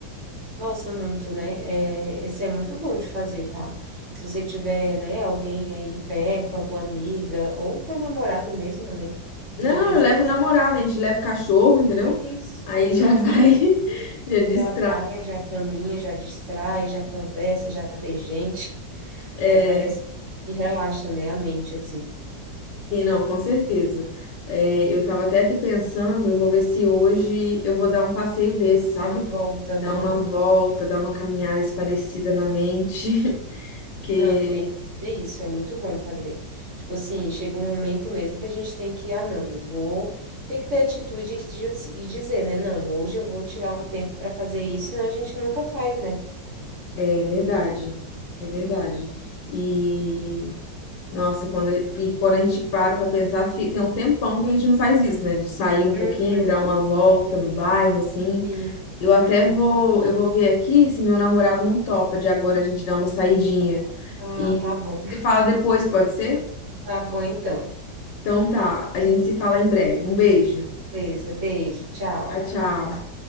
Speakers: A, on the right (about 50°); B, on the left (about 75°).
A: Nossa, muito, né? É, esse é muito bom de fazer, tá? Se você tiver, né, alguém aí perto, alguma amiga, ou teu namorado mesmo, né?
B: Não,
A: E de vez
B: eu levo
A: em
B: o namorado, a gente leva o cachorro, entendeu?
A: Isso.
B: Aí já
A: Aham.
B: vai, <laughs> já distrai.
A: Já vai, já caminha, já distrai, já conversa, já vê gente.
B: É,
A: Aí parece que relaxa, né? A mente, assim.
B: sim, não, com certeza. É, eu tava até aqui pensando, eu vou ver se hoje eu vou dar um passeio desse, sabe?
A: Uma volta, né?
B: Dar uma volta, dar uma caminhada esparecida na mente, <laughs> porque
A: Não, tem que fazer isso. É muito bom fazer. Tipo assim, chega um momento mesmo que a gente tem que, ah, não, eu vou. Tem que ter atitude e di- e dizer, né? Não, hoje eu vou tirar um tempo para fazer isso, senão a gente nunca faz, né?
B: É verdade, é verdade. E nossa, quando, e quando a gente para pra pensar, fi- tem um tempão que a gente não faz isso, né? De sair um
A: Uhum,
B: pouquinho, dar uma volta no bairro, assim.
A: sim.
B: Eu até
A: Uhum.
B: vou, eu vou ver aqui se meu namorado não topa de agora a gente dar uma saidinha.
A: Ah,
B: E
A: tá bom.
B: você fala depois, pode ser?
A: Tá bom, então.
B: Então tá, a gente se fala em breve. Um beijo.
A: Beleza, beijo, tchau.
B: Tchau, tchau.